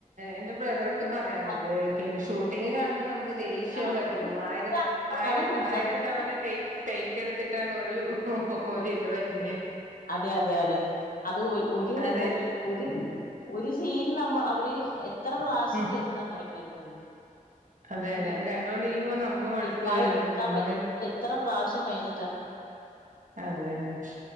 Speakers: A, on the right (about 65°); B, on the left (about 85°).
A: എറെ ബ്രദറൊക്കെ പറയാറുണ്ട്
B: ഇങ്ങനെ
A: പിന്നെ ഷൂട്ടിംഗ് കാണുമ്പോ നമുക്ക് ദേഷ്യം
B: എല്ലാം
A: വരുന്നു
B: കൂടെ ഒരു
A: ആയിര ആയിര
B: ാണ് നമുക്കത്
A: ആയിരം
B: മനസ്സിലാവുന്നത്.
A: തവണേക്ക് ടേക്ക് എടുത്തിട്ട് ണ ഒരിത് വരുന്നേ
B: അതെ അതെ അതെ അത് ഒരു
A: അത്
B: ഒരു ഒരു സ പി നമ്മ അവര് ഇത്ര പ്രാവശ്യം
A: ഉം
B: ചെയ്തയെന്ന് അറിയൂ വരുന്നത്
A: അതെ
B: ക്രി
A: അതെ അത് കണ്ടുകൊണ്ടിരിക്കുമ്പോ നമുക്ക് മടുപ്പ്
B: ശരിയായിട്ട്
A: വരും
B: എടുക്കാൻ
A: നമ്മള്
B: പറ്റുന്നത് എത്ര പ്രാവശ്യം കഴിഞ്ഞിട്ടാ
A: അതെതെ